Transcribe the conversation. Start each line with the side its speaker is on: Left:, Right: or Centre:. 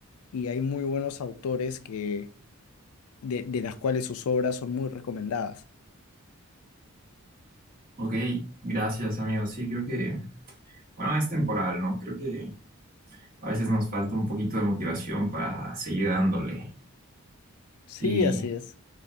Left: Y hay muy buenos autores que, de, de las cuales sus obras son muy recomendadas.
Right: Ok, gracias, amigo. Sí, creo que, bueno, es temporal, ¿no? Creo que a veces nos falta un poquito de motivación para seguir dándole.
Left: Sí,
Right: Y
Left: así es.